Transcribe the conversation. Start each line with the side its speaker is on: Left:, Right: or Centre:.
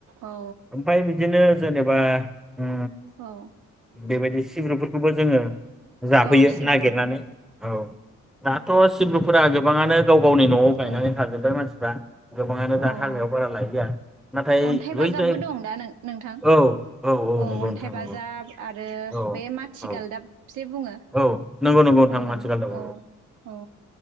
Right: औ
Centre: ओमफ्राय बिदिनो जेनेबा ओ
Right: औ औ
Centre: बेबायदि सिब्रुफोरखौबो जोङो जाफैयो
Right: औ सिब्रु
Centre: नागिरनानै औ दाथ' सिब्रुफोरा गोबाङानो गाव गावनि न'आव गायनानै
Right: औ
Centre: थाजोब्बाय मानसिफ्रा गोबाङानो
Right: औ
Centre: दा हाग्रायाव बारा लायलिया नाथाय
Right: अन्थाइ
Centre: बै
Right: बाजाबबो
Centre: जाय
Right: दं दा नों नोंथां
Centre: औ
Right: औ
Centre: नंगौ
Right: अन्थाइ
Centre: नोंथां
Right: बाजाब
Centre: नंगौ
Right: आरो
Centre: औ
Right: बे माथि
Centre: औ
Right: गालदाब जे बुङो
Centre: औ नंगौ नंगौ नोंथां
Right: औ
Centre: माथिगालदाब
Right: औ औ